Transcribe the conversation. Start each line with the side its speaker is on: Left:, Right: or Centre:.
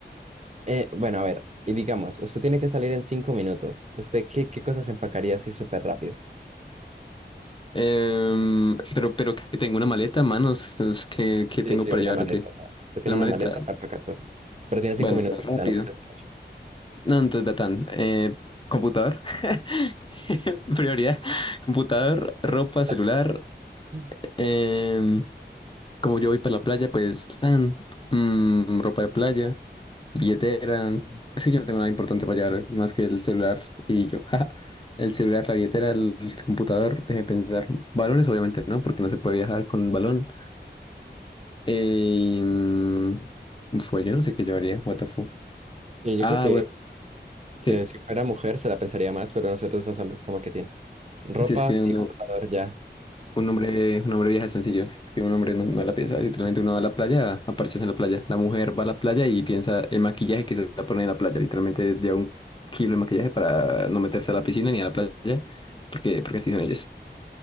Right: Eh, bueno, a ver. Y digamos, usted tiene que salir en cinco minutos. ¿Usted qué, qué cosas empacaría así súper rápido?
Left: Em, pero, pero que tengo una maleta, manos. es que, que
Right: Sí,
Left: tengo
Right: sí,
Left: para
Right: una
Left: llevar
Right: maleta,
Left: lo que.
Right: o sea, Usted tiene
Left: Una
Right: una
Left: maleta.
Right: maleta para empacar cosas. Pero tiene cinco
Left: Bueno,
Right: minutos,
Left: rápido.
Right: o sea, no puede pensar
Left: No, entonces, Betán, eh, computador, <laughs> prioridad, computador, ropa, celular.
Right: mucho. <laughs>
Left: em, como yo voy para la playa, pues, tan, mm, ropa de playa, billetera. Es que yo no tengo nada importante para llevar, más que el celular y yo. <laughs> ja. El celular, la billetera, el el computador, déjeme pensar. Balones, obviamente, ¿no? Porque no se puede viajar con balón. Em, fue, yo no sé qué llevaría, what the fuck.
Right: Y yo
Left: Ah,
Right: creo que,
Left: bueno,
Right: que
Left: que,
Right: si fuera mujer se la pensaría más, pero nosotros los hombres como que tienen ropa
Left: si es que
Right: y
Left: uno.
Right: computador ya
Left: Un hombre, un hombre viaja sencillo, es que un hombre no, no la piensa, literalmente uno va a la playa, a parcharse en la playa, la mujer va a la playa y piensa el maquillaje que se va a poner en la playa, literalmente lleva un kilo de maquillaje para no meterse a la piscina ni a la playa, porque, porque así son ellos.